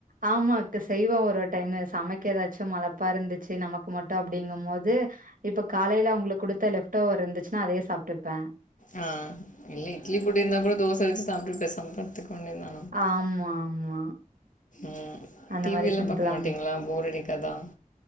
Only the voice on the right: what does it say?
ஆமா இத்த செய்வ ஒரொரு டைமு சமைக்க எதாச்சு மழப்பா இருந்துச்சு நமக்கு மட்டு அப்டிங்கும்போது இப்ப காலைல அவுங்களுக்கு குடுத்த லெஃப்டோவர் இருந்துச்சுனா அதயே சாப்ட்டுப்ப
ஆமா ஆமா
அந்த
மாரி
சிம்பிளா